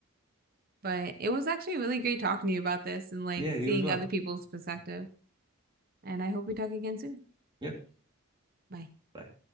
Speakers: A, on the right (about 45°); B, on the right (about 20°).
A: But it was actually really great talking to you about this and like
B: Yeah,
A: seeing
B: you as well.
A: other people's perspective. And I hope we talk again soon.
B: Yep.
A: Bye.
B: Bye.